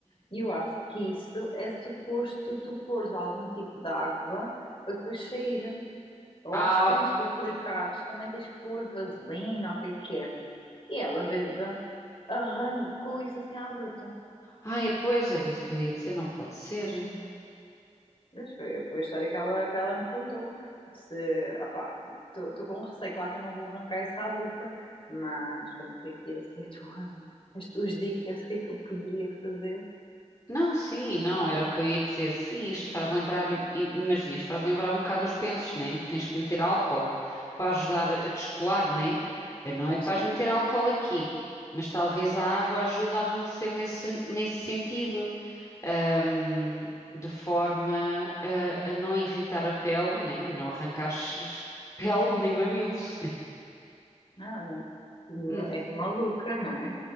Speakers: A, on the left; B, on the left.
A: e eu acho que isso é suposto tu pôres algum tipo de água para depois sair. Eu
B: Ah,
A: acho que antes de aplicares também tens que pôr vaselina ou o que é que é. E ela, bêbada, arrancou isso assim à bruta.
B: ai, pois era isso que eu ia dizer, não pode ser.
A: Mas foi, foi a história que ela, que ela me contou. Disse, opá, estou com um receio, claro que eu não vou arrancar isso à bruta, mas pronto, queria pedir assim a tua, as tuas dicas, o que é que eu poderia fazer?
B: Não, sim, não, era o que eu ia dizer. Sim, isto faz lembrar, im- im- imagina, isto faz lembrar um bocado os pensos, né? Que tens que meter álcool para ajudar a descolar, né? Eh, Não é que
A: Sim,
B: vais meter álcool aqui, mas talvez a água ajude a amolecer nesse, nesse sentido, ahm, de forma a, a não irritar a pele, né? E não arrancares <laughs> pele nem mamilos.
A: não,
B: né?
A: é, é maluca, não é?